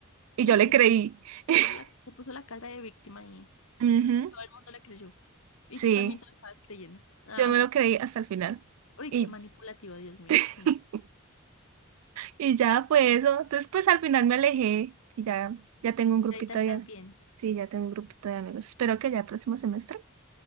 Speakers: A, on the right; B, on the left.
A: Y
B: No,
A: yo
B: y
A: le
B: se
A: creí.
B: puso, se
A: <laughs>
B: puso la, se puso la cara de víctima y,
A: Ujú,
B: y todo el mundo le creyó. Y
A: Sí,
B: tú también te lo estabas creyendo. Ah,
A: yo me lo creí hasta el final.
B: <laughs> uy,
A: Y
B: qué manipulativo, Dios mío,
A: <laughs>
B: señor.
A: Y ya fue eso. Entonces, pues al final me alejé y ya, ya tengo un grupito
B: Ahorita estás
A: de amigos.
B: bien.
A: Sí, ya tengo un grupito de amigos. Espero que ya el próximo semestre